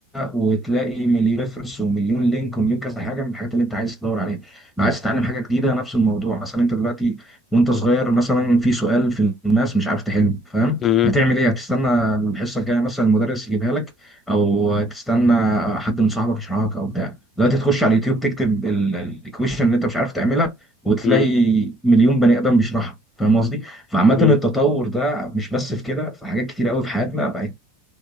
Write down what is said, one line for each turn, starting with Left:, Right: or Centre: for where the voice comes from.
Centre: وتلاقي مليون ريفرنس ومليون لينك ومليون كذا حاجه من الحاجات اللي انت عايز تدور عليها لو عايز تتعلم حاجه جديده نفس الموضوع مثلا انت دلوقتي وانت صغير مثلا في سؤال في الماس مش عارف تحله فاهم
Left: امم
Centre: هتعمل ايه هتستنى الحصه الجايه مثلا المدرس يجيبها لك او تستنى حد من صاحبك يشرحها لك او بتاع دلوقتي تخش على اليوتيوب تكتب الايكويشن اللي انت مش عارف تعملها وتلاقي
Left: امم
Centre: مليون بني ادم بيشرحها فاهم قصدي؟ فعامة
Left: امم
Centre: التطور ده مش بس في كده في حاجات كتير قوي في حياتنا بقت